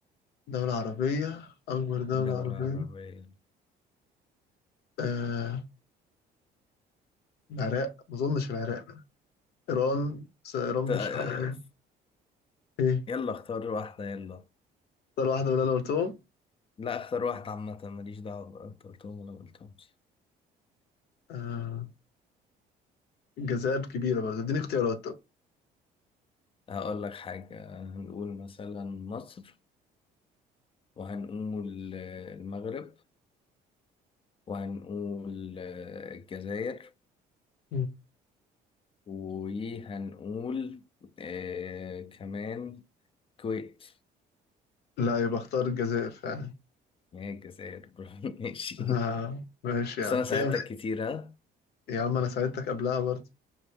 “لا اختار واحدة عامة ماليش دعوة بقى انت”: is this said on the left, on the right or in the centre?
Left